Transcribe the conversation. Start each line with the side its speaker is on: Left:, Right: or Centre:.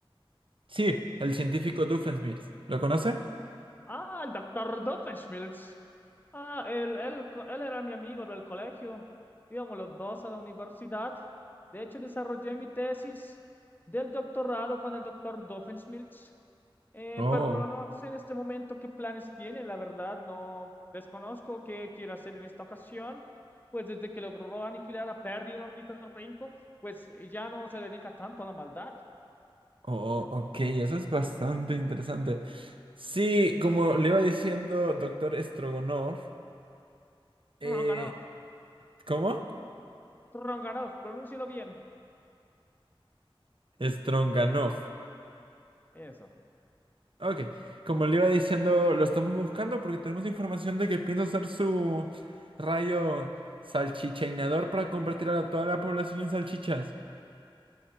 Right: Sí, el científico Doofenshmirtz. ¿Lo conoce?
Left: Ah, el doctor Doofenshmirtz. Ah, él, él, él era mi amigo del colegio. Íbamos los dos a la universidad. De hecho, desarrollé mi tesis del doctorado con el doctor Doofenshmirtz. Eh,
Right: Oh,
Left: pero no sé en este momento qué planes tiene, la verdad, no desconozco qué quiere hacer en esta ocasión. Pues desde que logró aniquilar a Perry el ornitorrinco, pues ya no se dedica tanto a la maldad.
Right: oh, oh, ok, eso es bastante interesante. Sí, como le iba diciendo doctor Strogonov, eh,
Left: Ronganov,
Right: ¿cómo?
Left: Ronganov, pronúncialo bien.
Right: Stronganov.
Left: Eso.
Right: Ok, como le iba diciendo, lo estamos buscando porque tenemos información de que piensa usar su rayo salchichainador para convertir a la- toda la población en salchichas.